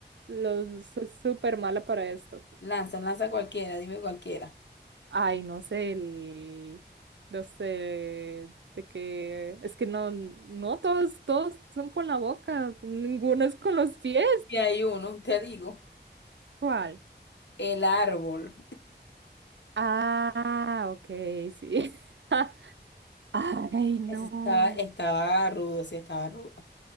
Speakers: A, on the right; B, on the left.
A: Los, soy súper mala para esto.
B: Lanza, lanza cualquiera, dime cualquiera.
A: Ay, no sé, el, no sé, de que, es que no, no, todos, todos son con la boca, ninguno es con los pies.
B: Y hay uno, te digo.
A: ¿Cuál?
B: El árbol.
A: Ah, ok, sí. <laughs> Ay, no.
B: Ese estaba, estaba rudo, sí, estaba rudo.